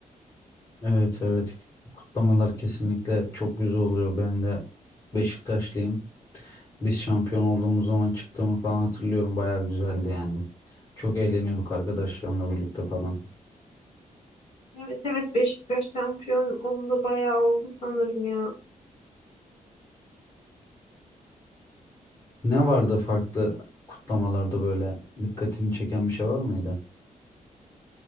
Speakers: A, on the left; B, on the left.
A: Evet evet kutlamalar kesinlikle çok güzel oluyor. Ben de Beşiktaşlıyım. Biz şampiyon olduğumuz zaman çıktığımı falan hatırlıyorum. Bayağı güzeldi yani. Çok eğleniyorduk arkadaşlarımla birlikte falan.
B: Evet evet Beşiktaş şampiyon olalı bayağı oldu sanırım ya.
A: Ne vardı farklı kutlamalarda böyle dikkatini çeken bir şey var mıydı?